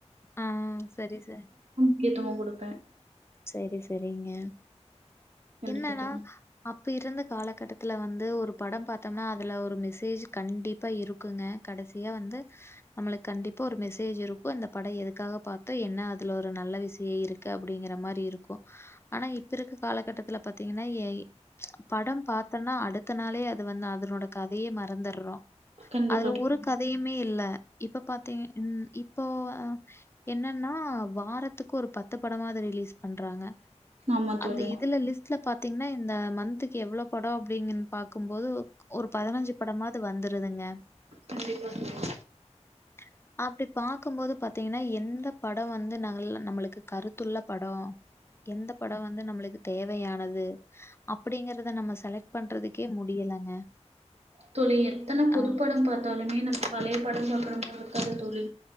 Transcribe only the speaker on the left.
ஆ சரி சார்
சரி சரிங்க
என்னன்னா
அப்ப இருந்த காலகட்டத் பத்துல வந்து ஒரு படம் பார்த்தோம்னா அதுல ஒரு மெசேஜ் கண்டிப்பா இருக்குங்க கடைசியா வந்து நம்மளுக்கு கண்டிப்பா ஒரு மெசேஜ் இருக்கு அந்த படம் எதுக்காக பாத்தோ என்ன அதுல ஒரு நல்ல விஷயம் இருக்கு அப்படிங்கற மாரி இருக்கும் ஆனா இப்ப இருக்க காலகட்டத்துல பாத்தீங்கன்னா படம் பாத்தோன்னா அடுத்த நாளே அது வந்து அதனோட கதையே மறந்தடறோ
அதுல
ஒரு கதையுமே இல்ல இப்ப பாத்தீங் ம் இப்போ என்னன்னா வாரத்துக்கு ஒரு பத்து படமாவது ரிலீஸ் பண்றாங்க
அந்த
இதுல லிஸ்ட்ல பாத்தீங்கன்னா இந்த ம மன்த்துக்கு எவ்ளோ படம் அப்படிங்கின் பாக்கும்போது ஒரு பதினஞ்சு படமாவது வந்துருதுங்க
<unintelligible> பாக்கும்போது பாத்தீங்கன்னா எந்த படம் வந்து நல்லா நம்மளுக்கு கருத்துள்ள படம் எந்த படம் வந்து நம்மளுக்கு தேவையானது அப்படிங்கிறத நம்ம செலெக்ட் பண்றதுக்கே முடியலங்க
ஆ,